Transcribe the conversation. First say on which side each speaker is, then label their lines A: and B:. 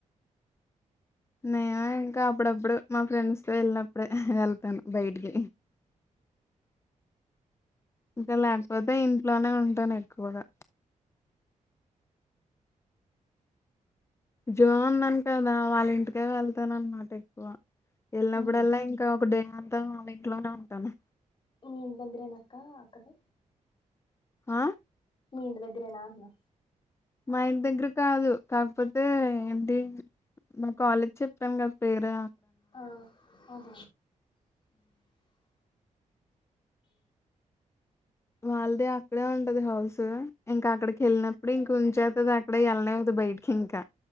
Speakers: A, on the left; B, on the left.
A: నేను ఇంకా అప్పుడప్పుడు మా ఫ్రెండ్స్ త వెళ్ళినప్పుడే వెళ్తాను బయటికి ఇంకా లేకపోతే ఇంట్లోనే ఉంటాను ఎక్కువగా జో ఉన్నాను కదా వాళ్ళ ఇంటికే వెళ్తాన అన్నమాట ఎక్కువ వెళ్ళినప్పుడల్లా
B: ఉమ్
A: ఇంకా ఒక డే అంతా వాళ్ళ ఇంట్లోనే ఉంటాను
B: మీ ఇంటి ముద్రెనక్క అక్కది
A: ఆ
B: మీ ఇంటి దగ్గరేనా అంటన్నా
A: మా ఇంటి దగ్గర కాదు కాకపోతే ఏంటి మ కాలేజ్ చెప్పాం కదా పేరా
B: ఆ ఆహ
A: వాళ్ళదె అక్కడే ఉంటది హౌస్ ఇంకా అక్కడికి వెళ్ళినప్పుడు ఇంక ఉంచేతది అక్కడే వెళ్ళనే అవుతుంది బయటికి ఇంకా